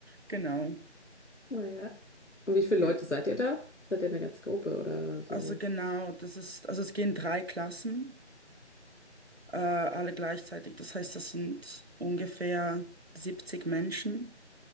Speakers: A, on the right; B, on the left.
A: Genau.
B: Naja. Und wie viele
A: ja.
B: Leute seid ihr da? Seid ihr eine ganze Gruppe oder so?
A: Also genau, das ist, also es gehen drei Klassen, äh, alle gleichzeitig. Das heißt, das sind ungefähr 70 Menschen.